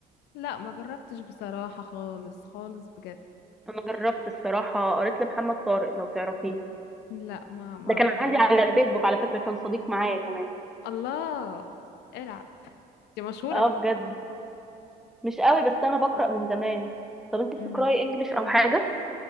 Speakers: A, on the left; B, in the centre.
A: لا ما جربتش بصراحه خالص خالص بجد
B: انا جربت الصراحه قريت لمحمد طارق لو تعرفيه
A: لا ما ما
B: ده
A: اعرفوش
B: كان عندي على الفيسبوك على فكره كان صديق معايا كمان
A: الله العب دي مشهوره
B: اه
A: بقى
B: بجد مش قوي بس انا بقرأ من زمان طب انت بتقرأي
A: امم
B: انجليش او حاجة